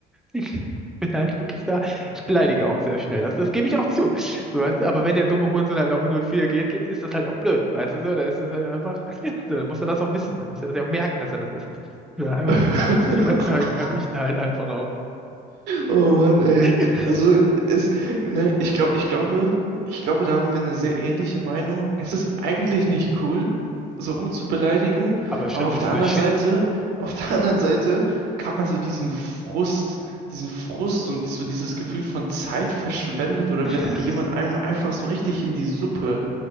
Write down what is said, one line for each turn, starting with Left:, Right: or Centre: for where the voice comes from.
Centre: <laughs> Ich bin halt wirklich da, ich beleidige auch sehr schnell, das, das gebe ich auch zu. So, weißt du? Aber wenn der dumme Hurensohn halt auch 0-4 geht, geht, ist das halt auch blöd, weißt du so? Da ist es halt einfach, <laughs> so, dann muss er das auch wissen, dann muss er das ja auch merken, dass er das ist. Ja, <laughs> aber
Right: <laughs>
Centre: die Überzeugung habe ich da halt einfach auch.
Right: Oh Mann, ey.
Centre: <laughs>
Right: Also es, ne, ich glaube, ich glaube, ich glaube, da haben wir eine sehr ähnliche Meinung. Es ist eigentlich nicht cool, so rumzubeleidigen,
Centre: Aber ist
Right: aber
Centre: schon
Right: auf
Centre: lustig.
Right: der anderen Seite, <laughs> auf der anderen Seite kann man so diesen Frust, diesen Frust und so dieses Gefühl von Zeit verschwendet oder
Centre: <laughs>
Right: wenn jemand einem einfach so richtig in die Suppe